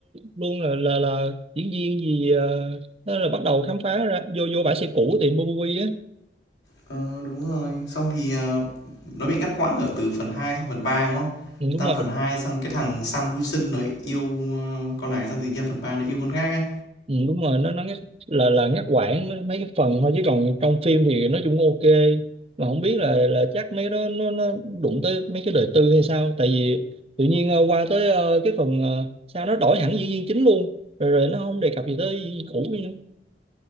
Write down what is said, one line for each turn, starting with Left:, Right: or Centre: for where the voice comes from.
Right: luôn là là là diễn viên gì ờ, nó là bắt đầu khám phá ra vô vô bãi xe cũ tiệm Bobovi á
Left: Ờ, đúng rồi. Xong thì, ờ, nó bị ngắt quãng ở từ phần 2 sang phần 3 đúng không?
Right: ừ, đúng
Left: Sang
Right: rồi
Left: phần 2 sang cái thằng Sam Wilson nó yêu, ơ, con này sang tự nhiên phần 3 nó yêu con khác ấy.
Right: Ừ, đúng rồi nó nó ngắt là là ngắt quãng nó- mấy cái phần thôi chứ còn trong phim thì nói chung ok mà không biết là là chắc mấy đó nó nó đụng tới mấy cái đời tư hay sao tại vì tự nhiên ờ, qua tới ờ, cái phần ờ, sao nó đổi hẳn diễn viên chính luôn rồi rồi nó không đề cập gì tới diễn viên cũ nữa